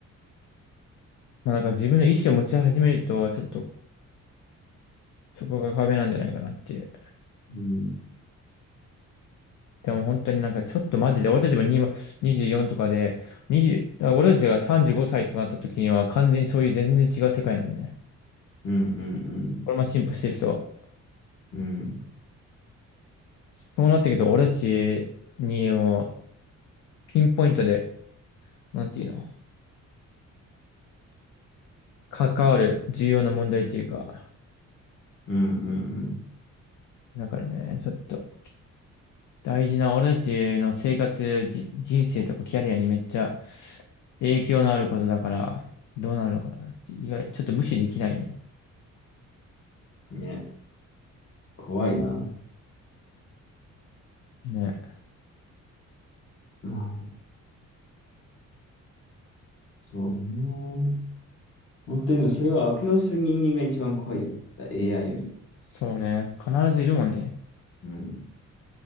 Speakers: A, on the left; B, on the left.
A: まあなんか自分の意思を持ち始めると、ちょっとそこが壁なんじゃないかなっていう。
B: うん、
A: でも本当になんかちょっとマジで、俺たちも今24とかで、20、だから俺たちが35歳とかなった時には完全にそういう全然違う世界なんでね。
B: うん、うん、
A: これも進歩していくと。
B: うん、うん、
A: そうなっていくと俺たちにもピンポイントで、なんていうの、関わる重要な問題っていうか、
B: うん、うん
A: だからね、ちょっと。大事な、俺たちの生活、じ人生とかキャリアにめっちゃ影響のあることだから、どうなるのかなって、意外、ちょっと無視できない。
B: うん。ね、怖いな。
A: ね。
B: まあ、そうね。本当にそれを悪用する人間が一番怖いよね。だ AI より。
A: そうね。必ずいるもんね。
B: うん。